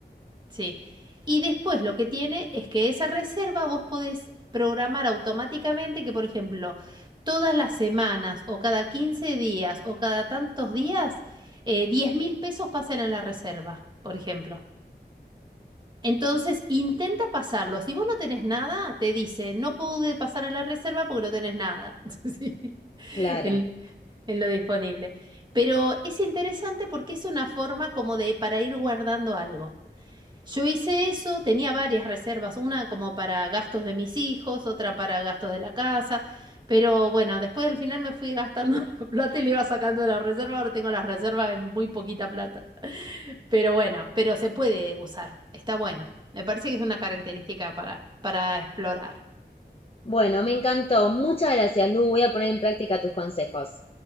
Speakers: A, on the right; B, on the left.
A: Sí. Y después lo que tiene es que esa reserva vos podés programar automáticamente que, por ejemplo, todas las semanas o cada 15 días o cada tantos días, eh, 10 mil pesos pasan a la reserva, por ejemplo. Entonces intenta pasarlo. Si vos no tenés nada, te dice, no pude pasar a la reserva porque no tenés nada. <laughs> Sí.
B: claro.
A: En, en lo disponible. Pero es interesante porque es una forma como de para ir guardando algo. Yo hice eso, tenía varias reservas, una como para gastos de mis hijos, otra para gastos de la casa, pero bueno, después al final me fui gastando <laughs> la plata y le iba sacando de la reserva, ahora tengo las reservas en muy poquita plata. Pero bueno, pero se puede usar, está bueno. Me parece que es una característica para, para explorar.
B: Bueno, me encantó. Muchas gracias, Lu. Voy a poner en práctica tus consejos.